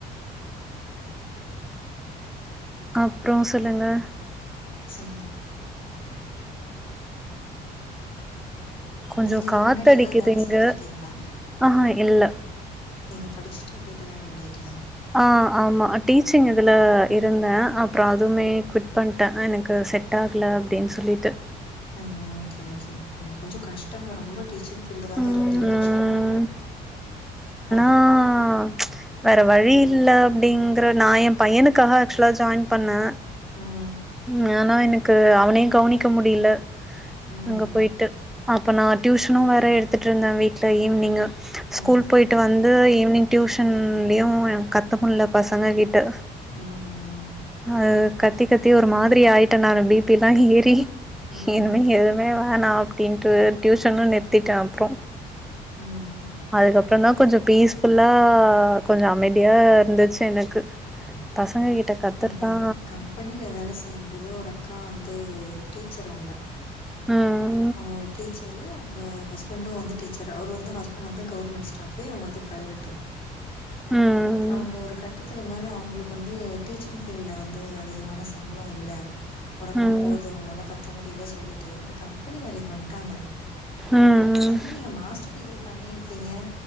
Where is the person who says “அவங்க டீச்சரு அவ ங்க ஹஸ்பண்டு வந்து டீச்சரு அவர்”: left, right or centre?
Left